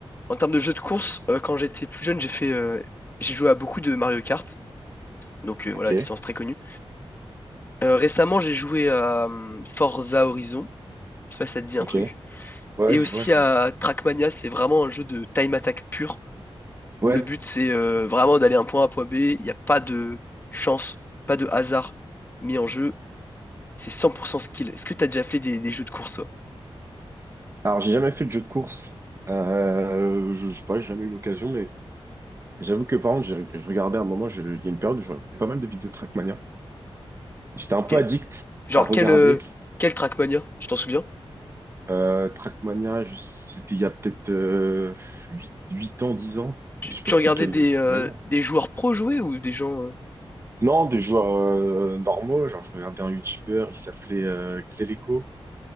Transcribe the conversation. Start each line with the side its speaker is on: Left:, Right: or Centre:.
Left: en termes de jeux de course, euh, quand j'étais plus jeune, j'ai fait, euh, j'ai joué à beaucoup de Mario Kart, donc euh, voilà,
Right: Ok,
Left: licence très connue. Euh, récemment, j'ai joué à euh, Forza Horizon, je sais pas si ça te dit
Right: ok.
Left: un truc.
Right: Ouais,
Left: Et aussi
Right: je vois, je
Left: à
Right: vois.
Left: Trackmania, c'est vraiment un jeu de time attack pur.
Right: Ouais.
Left: où le but c'est euh, vraiment d'aller un point A, point B. Il n'y a pas de chance, pas de hasard mis en jeu. C'est 100% skill. Est-ce que t'as déjà fait des, des jeux de course, toi?
Right: Alors j'ai jamais fait de jeu de course. Euh, je, je sais pas, j'ai jamais eu l'occasion, mais J'avoue que par contre, j'ai- je regardais à un moment, je- il y a une période où je regardais pas mal de vidéos de Trackmania. J'étais un
Left: Ok.
Right: peu addict
Left: Genre,
Right: à regarder.
Left: quel, euh, quel Trackmania? Tu t'en souviens?
Right: Euh, Trackmania, je- c'était il y a peut-être euh, 8 8 ans, 10 ans.
Left: Tu,
Right: Je sais
Left: tu
Right: pas c'était
Left: regardais
Right: quel
Left: des,
Right: euh, Trackmania.
Left: euh, des joueurs pro jouer ou des gens. euh,
Right: Non, des joueurs euh, normaux. Genre, je regardais un YouTuber, il s'appelait euh, Xeleco.